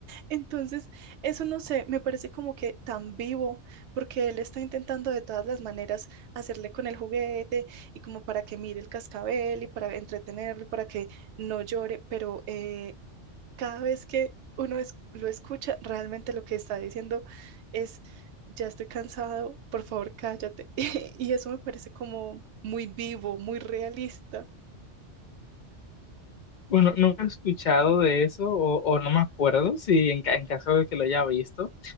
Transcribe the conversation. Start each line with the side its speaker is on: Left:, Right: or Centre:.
Right: Entonces, eso no sé, me parece como que tan vivo, porque él está intentando de todas las maneras hacerle con el juguete y como para que mire el cascabel y para entretenerlo y para que no llore, pero eh, cada vez que uno es- lo escucha, realmente lo que está diciendo es, ya estoy cansado, por favor, cállate. <laughs> Y eso me parece como muy vivo, muy realista.
Left: Bueno, nunca he escuchado de eso o, o no me acuerdo si en, ca- en caso de que lo haya visto,